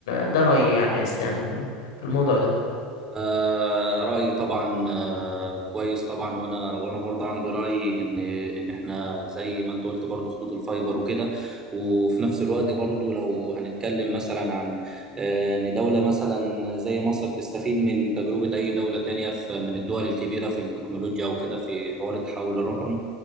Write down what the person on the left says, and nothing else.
ده رايي يعني يا اسلام في الموضوع ده